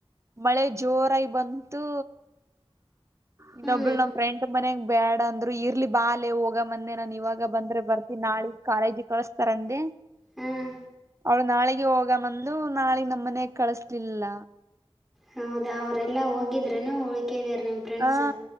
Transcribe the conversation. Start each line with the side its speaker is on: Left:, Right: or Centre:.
Right: ಮಳೆ ಜೋರಾಗಿ ಬಂತು ಇನ್ನೊಬ್ಬಳ
Centre: ಹ್ಞೂ
Right: ನಮ್ ಫ್ರೆಂಡ್ ಮನ್ಗ್ ಬೇಡ ಅಂದ್ರ ಇರ್ಲಿ ಬಾಲ್ ಹೋಗ ಬಂದೆ ನಾನನ್ ಇವಾಗ ಬಂದ್ರೆ ಬರ್ೀನಿ ನಾ ಕಾಲೇಜಿ ಕಳಸ್ತಾರಂದ
Centre: ಹಾಂ
Right: ಅವ್ಳ ನಾಳೆಗೆ ಹೋಗ ಮಂದ ಇದು ನಾಳಗ್ ನಮ್ಮ ಮನೆಾಗ ಕಳಸ್್ಲಿಲ್ಲ
Centre: ಹೌದಾ ಅವರೆಲ್ಲ ಹೋಗಿದ್ರರು ಉಳ್ಕಿದಾರೆ ನಿಮ್ಮ ಫ್ರೆಂಡ್ಸು
Right: ಹಾ